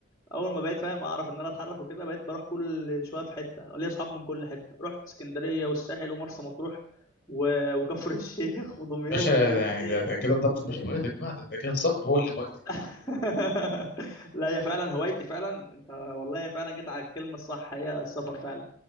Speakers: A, on the left (about 20°); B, on the left (about 45°).
A: اول ما بقيت فاهم اعرف ان انا اتحرك وكده بقيت بروح كل شويه في حته ليا اصحاب من كل حته رحت اسكندريه والساحل ومرسى مطروح و... وكفر الشيخ
B: <laughs>
A: ودمياط
B: باشا
A: والبحيره
B: ده يعني ده, ده كده الطبخ مش هوايتك بقى ده, ده كده السفر هو اللي هوايتك
A: <laughs> لا هي فعلا هوايتي فعلا انت والله فعلا جيت على الكلمه الصح هي السفر فعلا